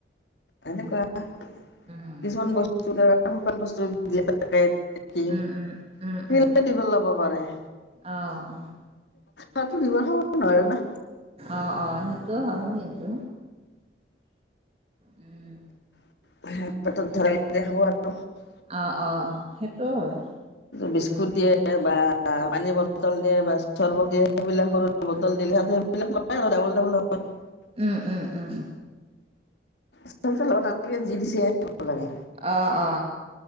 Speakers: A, on the left (about 85°); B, on the right (about 35°).
A: এনেকুৱা
B: উম
A: কিছুমান বস্তু দ্বাৰা শুকান বস্তু <unintelligible>
B: উম উম উম উম
A: <unintelligible> লব পাৰে -
B: অ'
A: তাতো <unintelligible> নোৱাৰেনে?
B: অ, অ সেইটো হয় কিন্তু। উম
A: <unintelligible> আৰু
B: অ', অ', হেটো হয়।
A: বিস্কুট দিয়ে বা পানীৰ বটল দিয়ে বা চৰ্বত দিয়ে সেইবিলাক সৰু বটল দিলহে সেইবিলাক নয় আৰু ডাবল, ডাবল <unintelligible>
B: উ-উ - উ -উ
A: আচলতে অনা লোকে যি দিছে সেইটোৱে ল'ব লাগে।
B: অ, অ